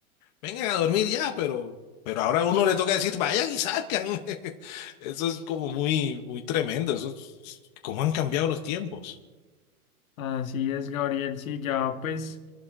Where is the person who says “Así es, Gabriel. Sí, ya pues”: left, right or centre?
Left